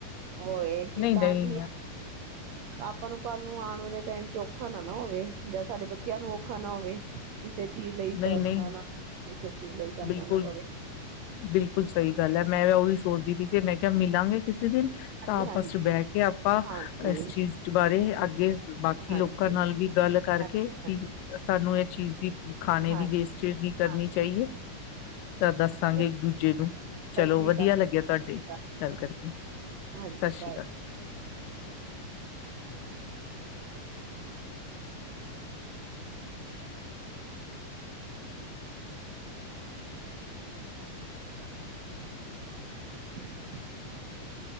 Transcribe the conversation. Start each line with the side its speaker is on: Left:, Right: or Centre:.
Right: ਹੋਏ ਕਿ
Left: ਨਹੀਂ-ਨਹੀਂ,
Right: ਤਾਂ ਕਿ ਆਪਾਂ ਨੂੰ ਕੱਲ ਨੂੰ ਆਣ ਵਾਲੇ ਟਾਈਮ ਚ ਔਖਾ ਨਾ ਨਾ ਹੋਵੇ ਜਾਂ ਸਾਡੇ ਬੱਚਿਆਂ ਨੂੰ ਔਖਾ ਨਾ ਹੋਵੇ। ਕਿਸੇ ਚੀਜ਼ ਲਈ
Left: ਨਹੀਂ-ਨਹੀਂ
Right: ਤਾਂ ਸੁਣਾਨਾ ਕਿਸੇ ਚੀਜ਼ ਲਈ ਕਰਨਾ
Left: ਬਿਲਕੁਲ।
Right: ਨਾ ਪਵੇ
Left: ਬਿਲਕੁਲ ਸਹੀ ਗੱਲ ਐ, ਮੈਂ ਉਹੀ ਸੋਚ ਜੇ ਮੈਂ ਕਿਹਾ ਮਿਲਾਂਗੇ ਕਿਸੇ ਦਿਨ?
Right: ਹਾਂਜੀ
Left: ਤਾਂ ਆਪਸ
Right: ਹਾਂਜੀ
Left: ਚ ਬਹਿ ਕੇ ਆਪਾਂ
Right: ਹਾਂਜੀ
Left: ਇਸ ਚੀਜ਼ ਬਾਰੇ ਅੱਗੇ ਬਾਕੀ
Right: ਹਾਂਜੀ
Left: ਲੋਕਾਂ ਨਾਲ ਵੀ ਗੱਲ ਕਰਕੇ
Right: ਹਾਂਜੀ
Left: ਸਾਨੂੰ ਇਸ ਚੀਜ਼ ਦੀ ਖਾਣੇ
Right: ਹਾਂਜੀ
Left: ਦੀ ਵੇਸਟੇਜ਼ ਨਹੀਂਂ ਕਰਨੀ
Right: ਹਾਂਜੀ
Left: ਚਾਹੀਏ
Right: ਹਾਂਜੀ
Left: ਤਾਂ ਦੱਸਾਂਗੇ
Right: ਚਲੋ
Left: ਇੱਕ ਦੂਜੇ ਨੂੰ ਚਲੋ
Right: ਸਤਿ ਸ੍ਰੀ
Left: ਵਧੀਆ
Right: ਅਕਾਲ
Left: ਲੱਗਿਆ। ਤੁਹਾਡੀ
Right: ਸਤਿ ਸ਼੍ਰੀ
Left: ਗੱਲ ਕਰਕੇ।
Right: ਹਾਂਜੀ,
Left: ਸਤਿ ਸ਼੍ਰੀ
Right: ਬਾਏ।
Left: ਅਕਾਲ <inaudible>
Right: <inaudible>